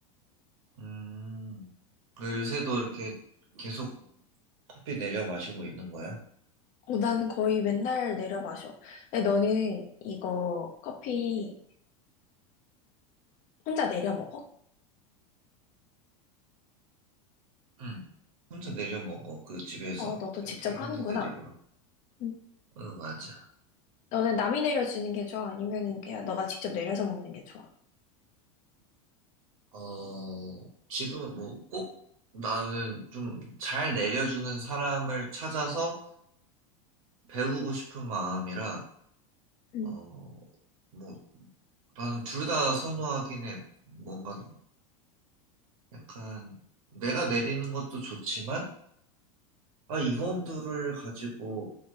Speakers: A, on the right; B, on the left.
A: 음. 그 요새도 이렇게 계속 커피 내려 마시고 있는 거야?
B: 어, 나는 거의 맨날 내려 마셔. 근데 너는 이거 커피 혼자 내려 먹어?
A: 응. 혼자 내려 먹어. 그 집에서
B: 어, 너도 직접
A: 이렇게 핸드드립으로.
B: 하는구나. 음.
A: 응, 맞아.
B: 너는 남이 내려주는 게 좋아? 아니면은 그냥 너가 직접 내려서 먹는 게 좋아?
A: 어, 지금은 뭐 꼭 나는 좀 잘 내려주는 사람을 찾아서 배우고 싶은 마음이라,
B: 음.
A: 어, 뭐 나는 둘 다 선호하긴 해. 뭔가 약간 내가 내리는 것도 좋지만, 아, 이원두를 가지고